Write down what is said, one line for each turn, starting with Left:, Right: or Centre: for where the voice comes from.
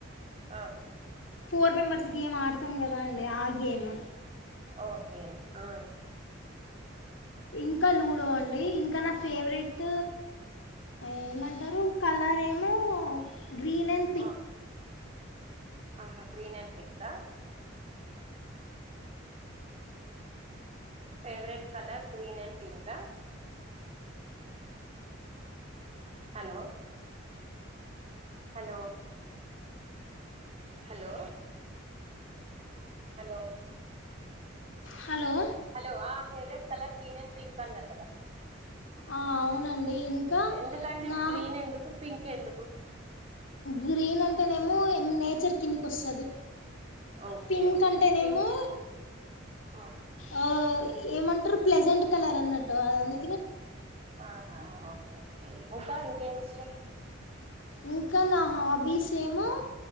Right: ఆ
Left: ఫోర్ మెంబర్స్ గేమ్ ఆడతాం కదా అండి ఆ గేమ్
Right: ఓకే ఆ
Left: ఇంకా లూడో అండి ఇంకా నా ఫేవరెట్ ఏమంటరు కలర్ ఏమో గ్రీన్ అండ్ పింక్
Right: ఆ ఆహా గ్రీన్ అండ్ పింకా ఫేవరెట్ కలర్ గ్రీన్ అండ్ పింకా hello hello hello hello
Left: hello
Right: hello ఆ favourite colour green and pink అన్నారు కదా
Left: ఆ అవునండి ఇంకా
Right: ఎందుకండి
Left: నా
Right: గ్రీన్ ఎందుకు పింక్ ఎందుకు
Left: గ్రీన్ అంటేనేమో నేచర్ కిందికి వస్తుంది
Right: ఓకే
Left: పింక్ అంటేనేమో
Right: పింక్ ఆ
Left: ఆ ఏమంటర్రు ప్లెజెంట్ కలర్ అన్నట్టు అది అందు
Right: ఆహా ఓకే ఓకే ఇంకా ఇంకేమి ఇష్టం
Left: ఇంకా నా హాబీస్ ఏమో